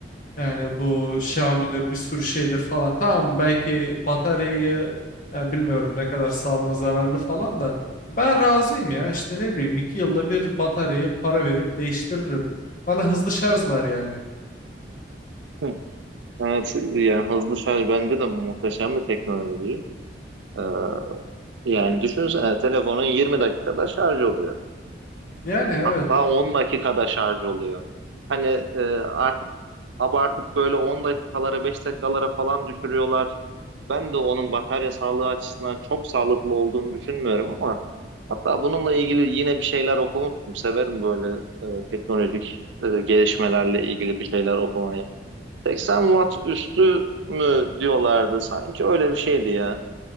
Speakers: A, on the left (about 45°); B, on the right (about 85°).
A: Yani bu Xiaomi'dir bir sürü şeydir falan. Tamam belki bataryayı e, bilmiyorum ne kadar sağlığına zararlı falan da. Ben razıyım ya işte ne bileyim iki yılda bir bataryayı para verip değiştiririm. Bana hızlı şarj var yani.
B: Hı. Evet yani hızlı şarj bence de muhteşem bir teknoloji. E, yani düşünsene e, telefonun 20 dakikada şarj oluyor.
A: Yani evet
B: Hatta 10 dakikada şarj oluyor. Hani e, artık abartıp böyle 10 dakikalara 5 dakikalara falan düşürüyorlar. Ben de onun batarya sağlığı açısından çok sağlıklı olduğunu düşünmüyorum ama hatta bununla ilgili yine bir şeyler okumuştum. Severim böyle e, teknolojik e, gelişmelerle ilgili bir şeyler okumayı. 80 watt üstü mü diyorlardı sanki öyle bir şeydi ya.